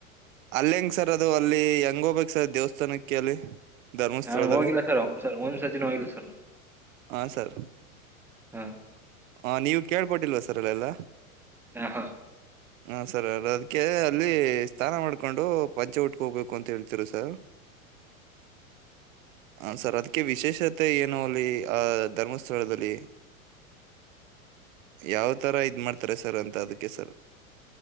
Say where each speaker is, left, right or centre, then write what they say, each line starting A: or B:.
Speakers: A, on the right (about 65°); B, in the centre.
A: ಅಲ್ಲ ಹೆಂಗ ಸರ್ ಅದು ಅಲ್ಲಿ ಹೆಂಗೋಬೇಕ ಸರ್ ದೇವಸ್ಥಾನಕ್ಕೆ ಅಲ್ಲಿ ಧರ್ಮಸ್ಥಳದಲ್ಲಿ
B: ನಾನ್ ಹೋಗಿಲ್ಲ ಸರ್ ಒಂದ್ ಸಲ ಒಂದ್ ಸತಿನು ಹೋಗಿಲ್ಲ ಸರ್ <unintelligible>
A: ಹಾ ಸರ್
B: ಹ್ಮ್
A: ಹ ನೀವು ಕೇಳ್ಪಟ್ಟಿಲ್ವಾ ಸರ್ ಅವೆಲ್ಲ
B: ಹಾ ಹ <unintelligible>
A: ಹ ಸರ್ ಅದಕ್ಕೆ ಅಲ್ಲಿ ಸ್ನಾನ ಮಾಡ್ಕೊಂಡು ಪಂಚ ಉಟ್ಕ ಹೋಗ್ಬೇಕು ಅಂತ ಹೇಳ್ತಿರು ಸರ್ ಹ <unintelligible> ಸರ್ ಅದಕ್ಕೆ ವಿಶೇಷ <unintelligible> ತೆ ಏನೋ ಅಲ್ಲಿ ಆ ಧರ್ಮಸ್ಥಳದಲ್ಲಿ ಯಾವ್ ತರ ಇದ್ ಮಾಡ್ತಾರೆ ಸರ್ ಅಂತ ಅದಕ್ಕ <unintelligible> ಓಕೆ ಸರ್